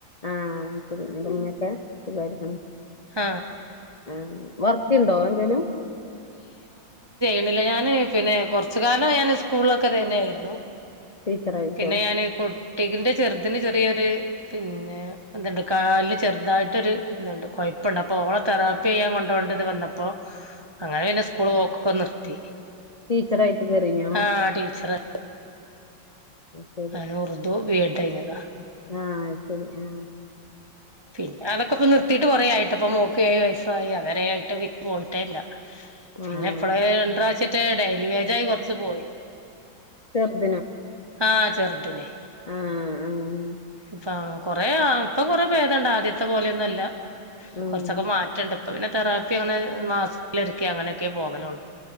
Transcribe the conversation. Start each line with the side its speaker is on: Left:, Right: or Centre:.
Left: ആ ശരി നിങ്ങൾക് സുഖിമായിരിക്കണോ
Right: ആ
Left: ആ വറത്തിയ ഉണ്ടോ എന്തേലും
Right: ില്ല ഞാന് പിന്നെ കൊറച്ച കാലം ഞാൻ സ്കൂളിലൊക്കെ തന്നെയ ആയിരുന്നു
Left: ടീച്ചറായിട്ടോ
Right: പിന്നെ ഞാന് കൊട്ടികിന്റെ ചെറുതിന് ചെറിയൊരു പിന്നെ എന്തണ്ട് കാല ചെറുതായിട്ടൊരു ഇതുണ്ട് കൊഴപ്പുണ്ട് അപ്പൊ ഓളോ തെറാപ്പി ചെയ്യാൻ കൊണ്ട പോോേണ്ടത് വന്നപ്പോ അങ്ങനെ പിന്നെ സ്കൂള് പോക്കൊക്കെ നിർത്തി
Left: ടീച്ചർയിട്ട് കറിഞ്ഞോ
Right: ആഹ് ടീച്ചറ്
Left: ശരി
Right: ഞാൻ ഉറുദു ബി എഡ് കഴിഞ്ഞതാ
Left: ആ ശരി ആ
Right: പിന്നെ അതൊക്കെപ്പൊ നിർത്തിയിട്ട് കുറേ ആയിട്ട്പ്പ നോക്കുക വയസായി അത ആായിട്ട് പോയിട്ടേല്ല
Left: ആഹ്
Right: പിന്നെ ഇപ്പള ര പ്രാാവശ്യട്ട് ഡെലി വേജായി കുറച്ച് പോയി
Left: സദ
Right: ആഹ ചെറുതിനെ
Left: ആഹ് ആഹ്
Right: ഇപ്പ കൊറ ഇപ്പൊ കൊറ ഭേദണ്ട് ആദ്യത്തെ പോലെയൊന്നുവല്ല
Left: ഉം
Right: കുറച്ചൊക്കെ മാറ്റണ്ട് ഇപ്പ പിന്നെ തെറാപ്പി അങ്ങനെ മാസത്തിലൊരിക്കെ അങ്ങനെയൊക്കെ പോകലുള്ളൂ